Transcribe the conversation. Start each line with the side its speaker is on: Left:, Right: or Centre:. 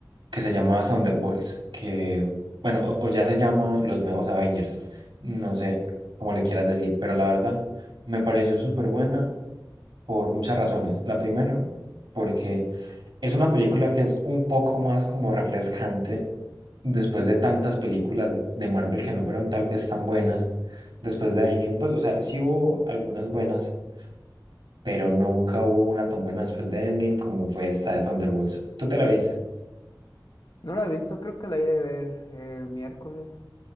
Right: que se llama Thunderbolts, que, bueno, o, o ya se llama Los Nuevos Avengers, no sé cómo le quieras decir, pero la verdad me pareció súper buena por muchas razones. La primera, porque es una película que es un poco más como refrescante después de tantas películas de Marvel que no fueron tal vez tan buenas, después de Endgame, pues, o sea, sí hubo algunas buenas, pero nunca hubo una tan buena después de Endgame como fue esta de Thunderbolts. ¿Tú te la viste?
Left: No la he visto, creo que la iré a ver el miércoles.